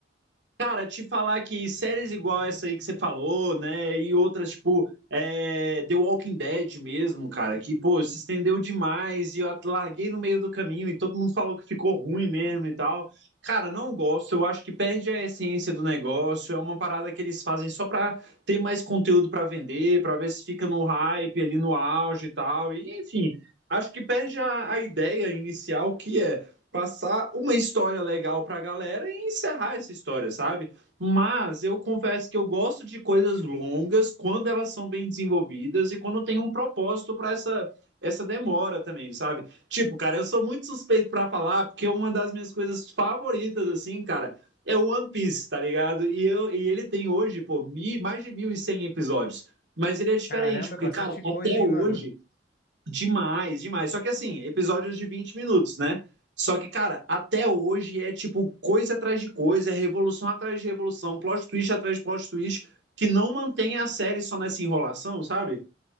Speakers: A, on the right; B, on the left.
A: Cara, te falar que séries igual essa aí que você falou, né? E outras, tipo, é, The Walking Dead mesmo, cara, que, pô, se estendeu demais e eu larguei no meio do caminho e todo mundo falou que ficou ruim mesmo e tal. Cara, não gosto, eu acho que perde a essência do negócio, é uma parada que eles fazem só pra ter mais conteúdo pra vender, pra ver se fica no hype ali no auge e tal. E, enfim, acho que perde a, a ideia inicial que é passar uma história legal pra galera e encerrar essa história, sabe? Mas eu confesso que eu gosto de coisas longas quando elas são bem desenvolvidas e quando tem um propósito para essa essa demora também, sabe? Tipo, cara, eu sou muito suspeito pra falar porque uma das minhas coisas favoritas assim, cara, é o One Piece, tá ligado? E, eu, e ele tem hoje, pô, mi- mais de 1.100 episódios. Mas ele é diferente,
B: Caramba,
A: porque,
B: é bastante
A: cara,
B: coisa,
A: até
B: hein,
A: hoje
B: mano?
A: Demais, demais. Só que assim, episódios de 20 minutos, né? Só que, cara, até hoje é tipo coisa atrás de coisa, é revolução atrás de revolução, plot twist atrás de plot twist, que não mantém a série só nessa enrolação, sabe?